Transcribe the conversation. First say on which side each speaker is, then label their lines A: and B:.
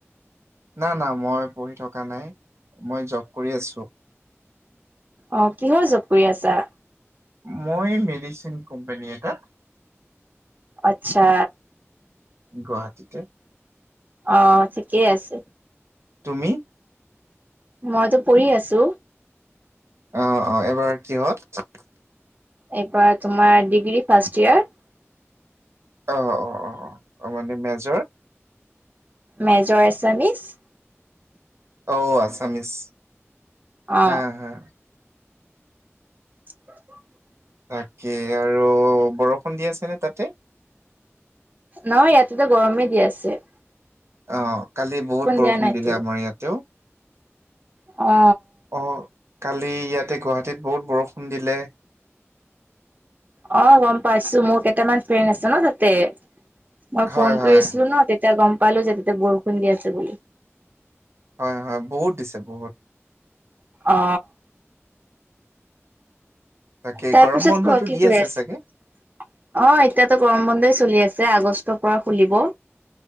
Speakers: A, on the right; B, on the right.
A: না না মই পঢ়ি থকা নাই, মই জব কৰি আছো।
B: অ কিহৰ জব কৰি আছা?
A: মই মেডিচিন কোম্পানী এটাত।
B: আচ্ছা।
A: গুৱাহাটীতে।
B: অ ঠিকেই আছে।
A: তুমি?
B: মইতো পঢ়ি আছো।
A: অ অ এবাৰ কিহত?
B: এইপাৰ তোমাৰ ডিগ্ৰী ফাৰ্ষ্ট ইয়েৰ।
A: অ অ অ মানে মেজৰ?
B: মেজৰ এছামিছ।
A: ঔ আছামিছ
B: অ
A: হা হা।
B: <inaudible>
A: তাকে আৰু বৰষুণ দি আছে নে তাতে?
B: নহয় ইয়াতেতো গৰমেই দি আছে।
A: অ কালি বহুত বৰষুণ
B: দিয়া নাইতো
A: দিলে আমাৰ ইয়াতেও।
B: অ।
A: অ কালি ইয়াতে গুৱাহাটীত বহুত বৰষুণ দিলে।
B: অ গম পাইছো, মোৰ কেইটামান ফ্ৰেণ্ড আছে ন তাতে, মই
A: হয়
B: ফোন
A: হয়।
B: কৰিছিলো ন তেত- তিয়া গম পালো যে তেতিয়া বৰষুণ দি আছে বুলি।
A: হয় হয় বহুত দিছে বহুত।
B: অ।
A: তাকে
B: তাৰ
A: গৰম
B: পাছত
A: বন্ধটো
B: কোৱা কি
A: দি
B: কৈ
A: আছে
B: আছ-
A: চাগে?
B: অ এতিয়াতো গৰম বন্ধই চলি আছে আগষ্টৰ পৰা খুলিব।